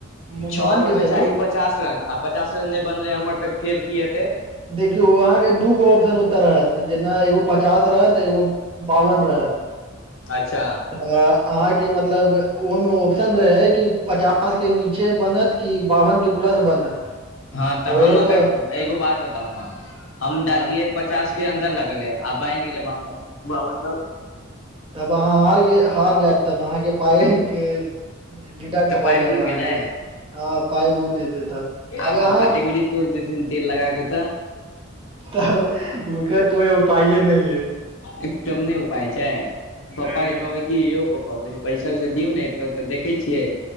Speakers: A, on the right; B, on the left.
A: म-
B: छ
A: मान
B: ओवर‌
A: के
B: में
A: चलू
B: चाही पचास रन आ पचास रन नहि बनलै हमर तऽ फेर की हेतै
A: देखियौ अहाँ के दूगो ऑप्शन ओतय होत जेना एगो पचास रहत एगो बावन रहत
B: अच्छा
A: तऽ अहाँ के मतलब ओ में ऑप्शन रहे कि पचास <unintelligible> के नीचे बनत कि बावन के प्लस बनत
B: हँ तऽ
A: ओहे
B: हम अगर
A: प
B: एगो बात बताउ अहां हम डाललियै
A: हँ
B: पचास के अन्दर लगलै आ बनि गेलै बाबन तऽ
A: तब अहाँ हार हार जायब तब अहाँ के पाय के डिडेक्ट
B: तऽ
A: भऽ
B: पाइ
A: जायत
B: पुरि
A: अहाँ
B: गेलै
A: के ह पाय बुर जेते तब।
B: आ
A: आब
B: पप्पा
A: अहाँ
B: टेंगरी तोड़ि देथिन तेल लगा के तऽ।
A: तब ओकर कोइ उपाये नै यै।
B: एकदम नहि उपाय छैय पप्पा
A: नहि
B: के कहबै की यौ पप्पा बहि पैसा वैसा दियौ ने एतऽ तऽ देखै छियै